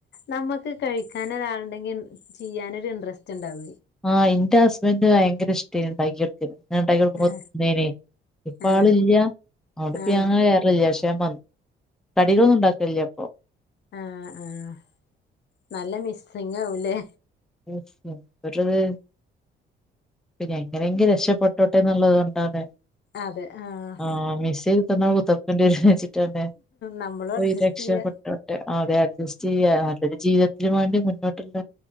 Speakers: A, on the left (about 60°); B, in the centre.
A: നമ്മുക്ക് കഴിക്കാൻ ഒരാളുണ്ടെങ്കിൽ ചെയ്യാനരു ഇൻട്രസ്റ്റ് ഉണ്ടാവ
B: ആഹ് എന്റെ ഹസ്ബൻഡ് ഭയങ്കര ഇഷ്ട്ടായി ഉണ്ടാക്കിത് ഞാണ്ടാക്കികൊട്ക്കുമ്പ
A: ആ
B: ണ്ടേനി ഇപ്പ
A: ആ
B: ആള് ഇല്ല അവ്ടെപ്പ
A: ആ
B: ഞങ്ങള് <unintelligible> കടികളൊന്നും ഉണ്ടാക്കണില്ലേ അപ്പൊ
A: ആഹ് ആഹ് നല്ല മിസ്സിംഗ് ആവുല്ലേ
B: ഉ വട്ടത് പിന്നെ എങ്ങനെങ്കിലും രക്ഷപ്പെട്ടോട്ടെ എന്നുള്ളത് കൊണ്ടാണ്
A: അതെ ആഹ്
B: ആഹ് മിസ്സയ്തിതെന്നാ കുത്ർക്കണ്ടീരു ജാറ്ചിട്ടാണ്
A: നമ്മളും
B: പൊയ്
A: അഡ്ജസ്റ്റ്
B: രക്ഷപ്പെട്ടോട്ടെ
A: ചെയ്യ
B: അതെ അഡ്ജസ്റ്റ് ചെയ്യ നല്ലൊരു ജീവിതത്തിനന് വേണ്ടി മുന്നോട്ടുള്ള